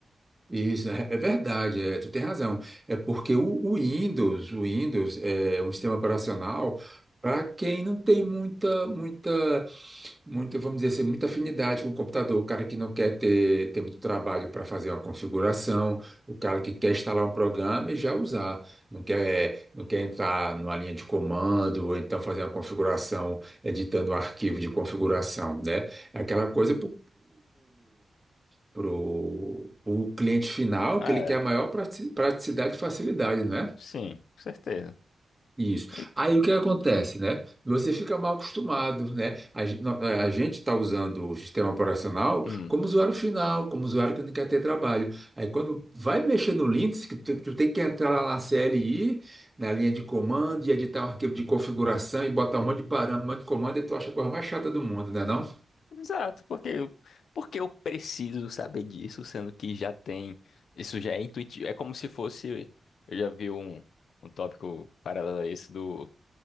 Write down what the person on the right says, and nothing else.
Isso, é é verdade, é, tu tem razão. É porque o, o Windows, o Windows é é um sistema operacional para quem não tem muita, muita, muita, vamos dizer assim, muita afinidade com o computador, o cara que não quer ter, ter muito trabalho para fazer uma configuração, o cara que quer instalar um programa e já usar, não quer, não quer entrar numa linha de comando, ou então fazer uma configuração, editando um arquivo de configuração, né? É Aquela coisa para para o cliente final,
que ele
quer a maior prati- praticidade e facilidade, não é?
Isso.
Aí o que acontece, né? Você fica mal acostumado, né? A, gen- no- eh, a gente está usando o sistema operacional
como usuário final, como usuário que não quer ter trabalho. Aí quando vai mexer no Linux, que tu, tu tem que entrar lá na CLI, na linha de comando, e editar um arquivo de configuração e botar um monte de parâmetro, um monte de comando, e tu acha a coisa mais chata do mundo, né não?